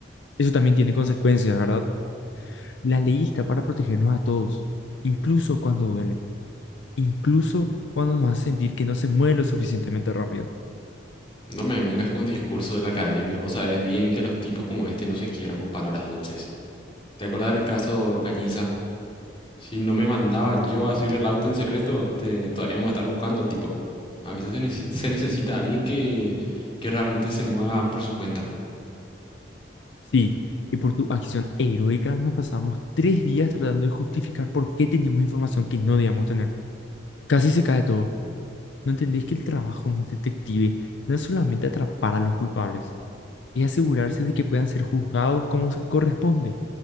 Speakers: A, on the left; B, on the left.
A: Eso también tiene consecuencias, ¿verdad? La ley está para protegernos a todos, incluso cuando duele, incluso cuando nos hace sentir que no se mueve lo suficientemente rápido.
B: No me vengas con discurso de la academia. Vos sabés bien que los tipos como este no se quieran con palabras dulces. ¿Te acordás del caso Cañiza? Si no me mandaba yo a hacer el auto en secreto, te- todavía vamos a estar buscando al tipo. A veces se necesita, se necesita alguien que, que realmente se mueva por su cuenta.
A: Sí, y por tu acción heroica nos pasamos tres días tratando de justificar por qué teníamos información que no debíamos tener. Casi se cae todo. No entendéis que el trabajo de un detective no es solamente atrapar a los culpables, es asegurarse de que puedan ser juzgados como se corresponde.